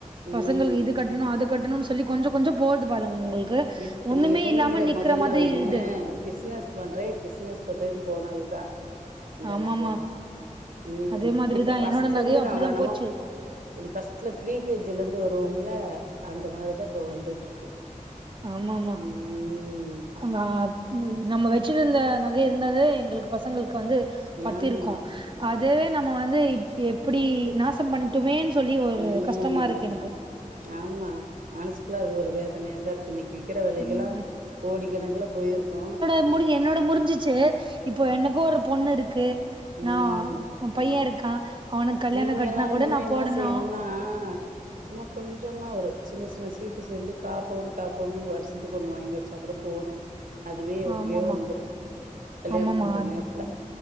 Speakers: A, on the right (about 80°); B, on the right (about 35°).
A: ம்
B: பசங்களுக்கு இது கட்டணு அது கட்டணும்ன்னு சொல்லி கொஞ்ச கொஞ்ச போறது பாருங்க உங்களுக்கு
A: எஸ் இப்ப
B: ஒண்ணுமே
A: நீங்க சொன்னீங்கள
B: இல்லாம நிக்கிற
A: முதல்ல
B: மாதிரி
A: ஒண்ணு
B: இது
A: பிஸ்னஸ் பண்றே பிஸ்னஸ் பண்றேன்னு போனதுதா அந்த
B: ஆமாமா
A: நகெல்லா ம்
B: அதே மாதிரிதா
A: இப்ப ஃபர்ஸ்ட்ல
B: என்னோட நகையு
A: இருந்து
B: அப்டிதா
A: நா எணமோ
B: போச்சு
A: இது ஃபர்ஸ்ட்ல ப்ரீ கே ணஜ்ல இருந்து வருவோம்ல அந்த மாரிதா இப்ப வந்துகிட்டு இருக்கு
B: ஆமா ஆமா
A: ம்
B: நா நம்ம வச் வச்சிருந்த நக இருந்தாலே எங்களுக்கு பசங்களுக்கு வந்து பத்தி
A: ஆமா
B: இருக்கு அதுவே நம்ம வந்து இப் எப்பிடி நாசம் பண்ட்டோமேன்னு சொல்லி ஒரு
A: ம்
B: கஷ்டமா இருக்கு எனக்கு
A: ஆமா மனசுக்குள்ள அது ஒரு வேதனையா தா இருக்கு நிக் விக்கிற வெலைக்குல்லா
B: ம்
A: கோடி கணக்குல போயிருக்கு
B: <unintelligible> என்னோட முறிஞ்சிச்சு இப்போ எனக்கு ஒரு பொண்ணு இருக்கு
A: ம்
B: நா பைய இருக்கா அவனுக்கு கல்யாண
A: நீங்கல்லா
B: கட்னா
A: இனிமே
B: கூட நா
A: என்னா
B: போடணு
A: செய்ணுனா சும்மா கொஞ்சமா ஒரு சின்ன சின்ன சீட்டு சேந்து காப்பவுன்னு காப்பவுன்னு வருஷத்துக்கு ஒண்ணு வாங்கி வச்சா கூட போது அதுவே எங்கயோ
B: ஆமாமா
A: வந்துரு கல்யாணம்
B: ஆமாமா
A: பண்ற
B: அது
A: நேரத்துல